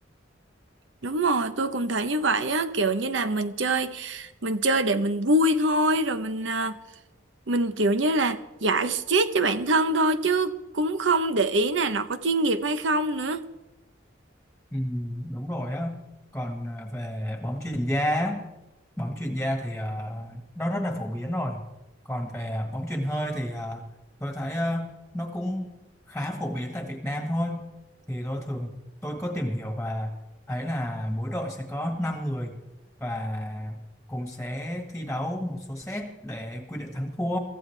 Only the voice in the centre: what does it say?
ừ, đúng rồi á còn à, về bóng chuyền da á, bóng chuyền da thì ờ, nó rất là phổ biến rồi còn về bóng chuyền hơi thì ờ, tôi thấy ờ, nó cũng khá phổ biến tại Việt Nam thôi thì tôi thường tôi có tìm hiểu và thấy là mỗi đội sẽ có 5 người và cũng sẽ thi đấu một số set để quy định thắng thua